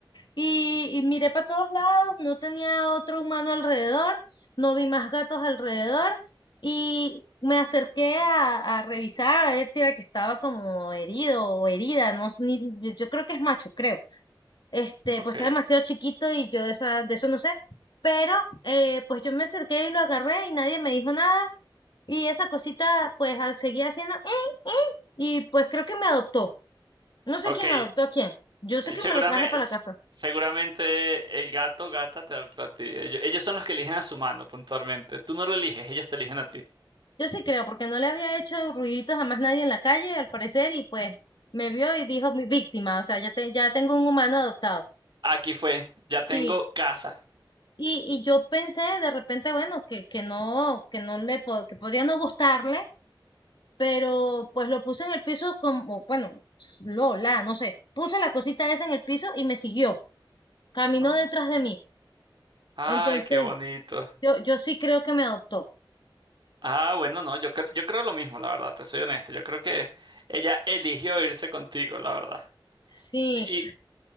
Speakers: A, on the left; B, on the right.
A: y, y miré para todos lados, no tenía otro humano alrededor, no vi más gatos alrededor y me acerqué a, a revisar a ver si era que estaba como herido o herida, no, s- ni- yo yo creo que es macho, creo. Este,
B: Ok,
A: pues está demasiado chiquito y yo de, esa- de eso no sé. Pero eh, pues yo me acerqué y lo agarré y nadie me dijo nada. Y esa cosita pues ah, seguía haciendo... "Eh, eh", Y pues creo que me adoptó. No sé
B: ok.
A: quién adoptó a quién. Yo sé que
B: Seguramente,
A: me lo traje para la casa.
B: seguramente el gato, gata te adoptó a ti. Ellos, ellos son los que eligen a su mano, puntualmente. Tú no lo eliges, ellos te eligen a ti.
A: Yo sí creo, porque no le había hecho ruiditos a más nadie en la calle, al parecer, y pues me vio y dijo mi víctima. O sea, ya, te- ya tengo un humano adoptado.
B: Aquí fue, ya
A: Sí.
B: tengo casa.
A: Y, y yo pensé de repente, bueno, que, que no, que no le po- que podría no gustarle pero pues lo puse en el piso como, bueno, lo, la, no sé, puse la cosita esa en el piso y me siguió, caminó
B: No.
A: detrás de mí.
B: Ay,
A: Entonces,
B: qué bonito.
A: yo, yo sí creo que me adoptó.
B: Ah, bueno, no, yo creo, yo creo lo mismo, la verdad, te soy honesto. Yo creo que ella eligió irse contigo, la verdad.
A: Sí,
B: Y